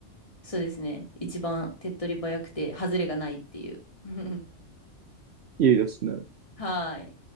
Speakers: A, on the left (about 25°); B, on the right (about 60°).
A: そうですね、一番手っ取り早くて、外れがないっていう。<laughs>
B: い。いいですね。
A: はい。